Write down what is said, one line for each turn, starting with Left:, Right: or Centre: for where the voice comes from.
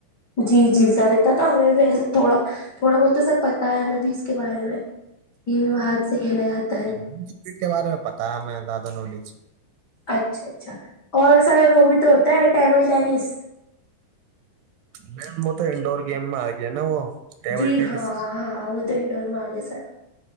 Left: جی جی سر ات تو ہمیں و تھوڑا تھوڑا بہت تو سر پتاہ ہے ہمیں بھی اس کے بارے میں کہ ہاتھ سے کھیلا جاتا ہے
Right: کرکٹ کے بارے میں پتاہ ہے میں زیاادہ نالج
Left: اچھا اچھا اور سر وہ بھی تو ہوتا ہے ٹیبل ٹینس
Right: مم وہ تو انڈور گیم میں آ گیا نا وہ ٹیبل
Left: جی
Right: ٹینس
Left: ہاں ہاں وہ تو انڈور میں آ گیا سر